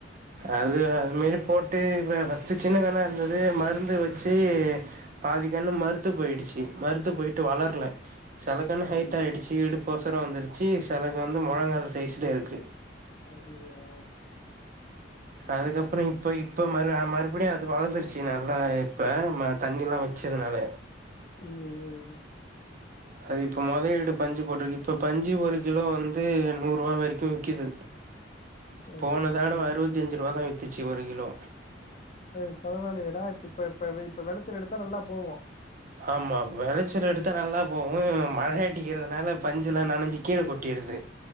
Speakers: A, on the right (about 45°); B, on the left (about 40°).
A: அது அதுமேரி போட்டு இது ஃபஸ் சி சின்ன கன்னா இருந்தது மருந்து வச்சி பாதிக்கன்னு மருத்து போயிடுச்சு மருத்து போயிட்டு வளர்ல செலக்கன்னு ஹைட்டா
B: ஐயயோ
A: ஆயிடுச்சு இடுப்பொசரோ வந்துருச்சு செலகன்னு வந்து மொழங்கால் சைஸ்லே இருக்கு
B: ஐய்யய்யோ
A: அதுக்கப்புறோ இப்ப இப்ப மறு அ மறுபடியு அது வளந்துருச்சு நல்லா இப்ப ம தண்ணில்லா வச் ச்சதுனால
B: ம் ம் ம்
A: அது இப்ப முதலீடு பஞ்சு போட்ருக்கு இப்ப பஞ்சு ஒரு கிலோ வந்து நூறு ரூபா வரைக்கியு விக்கிது
B: ஓகே
A: போன
B: ஓகே
A: தாடவ அறுவத்தி அஞ்சு ரூபா தா வித்துச்சு ஒரு கிலோ
B: ஏ பரவாயில்லயே டா இப்ப இப்ப இப்ப இப்ப வெளச்சல் எடுத்தா நல்லா போவு
A: ஆமா வெளச்சல் எடுத்தா நல்லா போகு மழ அட்டிக்கிறதுனால பஞ்சுலா நெனைஞ்சு கீழே கொட்ட டிருது